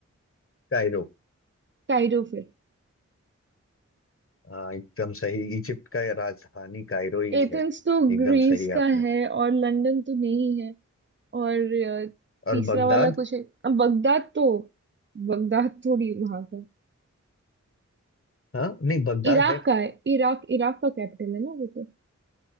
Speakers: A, on the left (about 45°); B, on the right (about 40°).
A: कायरो
B: कायरो फिर
A: हाँ एकदम सही इजिप्ट का ये राजधानी कायरो ही
B: एथेंस
A: है
B: तो
A: एकदम
B: ग्रीस
A: सही
B: का
A: आपने
B: है और लंदन तो नहीं है और अ,
A: और
B: तीसरा
A: बगदाद
B: वाला कुछ है अब बगदाद तो बगदाद थोड़ी वहां का
A: हाँ नहीं बगदाद
B: इराक
A: है
B: का है इराक इराक का कैपिटल है ना वो तो